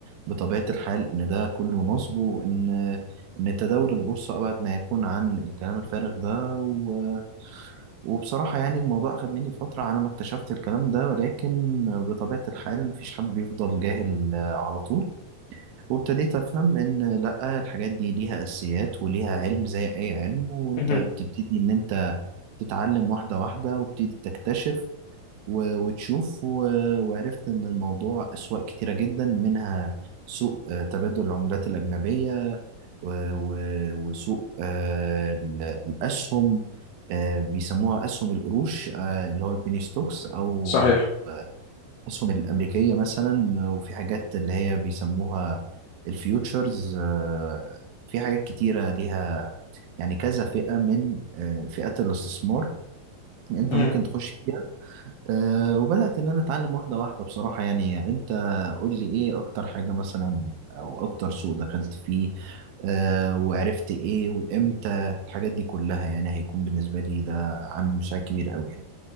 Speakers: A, on the right; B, on the left.
A: بطبيعة الحال ان ده كله نصب وان ان تداول البورصة ابعد ما يكون عن الكلام الفارغ ده و... وبصراحة يعني الموضوع اخد مني فترة على ما اكتشفت الكلام ده ولكن بطبيعة الحال مفيش حد بيفضل جاهل آه، على طول وابتديت أفهم إن لأ الحاجات دي ليها أساسيات وليها علم زي أي علم وأنت
B: مهم.
A: بتبتدي إن أنت تتعلم واحدة واحدة وبتبتدي تكتشف و- وتشوف و- وعرفت إن الموضوع أسواق كتيرة جدا منها سوق آه، تبادل العملات الأجنبية و- و- وسوق آه، ال- الأسهم آه، بيسموها أسهم القروش آه، اللي هو البيني ستوكس أو
B: صحيح
A: آه، الأسهم الأمريكية مثلا وفي حاجات اللي هي بيسموها الفيوتشرز آه، في حاجات كتيرة ليها يعني كذا فئة من آه، فئات الاستثمار أنت
B: مهم.
A: ممكن تخش فيها آه، وبدأت إن أنا أتعلم واحدة واحدة بصراحة يعني أنت قول لي إيه أكتر حاجة مثلا أو أكتر سوق دخلت فيه آه، وعرفت إيه وإمتى الحاجات دي كلها يعني هيكون بالنسبة لي ده عامل مساعد كبير أوي يعني